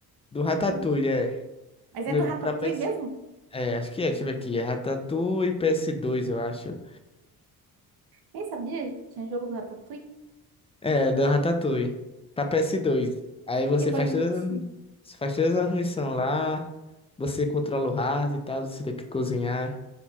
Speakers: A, on the left; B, on the right.
A: do Ratatouille,
B: Não.
A: é.
B: Mas
A: No-
B: é do Ratatouille
A: Pra
B: mesmo?
A: É, acho que é, deixa eu ver aqui. É Ratatouille PS2, eu acho.
B: Nem sabia, gente. Tinha jogo do Ratatouille.
A: É, da Ratatouille. Pra PS2. Aí você
B: Que bonitinho.
A: faz todas, as- você faz todas as missões lá. Você controla o rato e tal. Você tem que cozinhar.